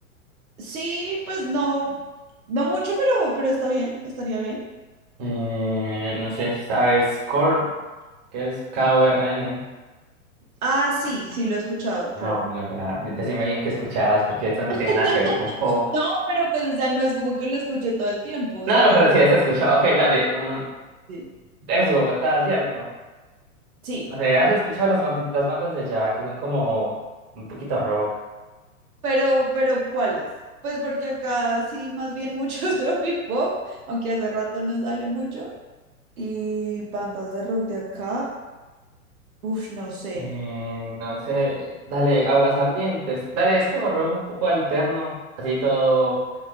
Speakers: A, on the right; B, on the right.
A: Sí, pues no, no mucho, pero, pero está bien, estaría bien.
B: Eh, no sé si sabes Korn, que es K-O-R-N.
A: Ah, sí, sí lo he escuchado, claro.
B: No, mira, pelada, decime bien qué escuchabas, porque eso no
A: <laughs>
B: tiene nada que ver con pop.
A: No, pero pues, o sea, no es como que lo escuché todo el tiempo, o
B: No,
A: sea,
B: no,
A: realmente
B: pero sí has escuchado. Ok, dale. mm,
A: sí.
B: eres de Bogotá, ¿cierto?
A: Sí,
B: No sé, ¿has escuchado las, bandi- las bandas de allá que son como un poquito rock?
A: pero, pero ¿cuáles? Pues porque acá sí, más bien mucho <laughs> es aunque hace rato no sale mucho. Y bandas de rock de acá, uff, no sé.
B: Eh, no sé, dale, Aguas Ardientes. Dale, es como rock un poco alterno, así todo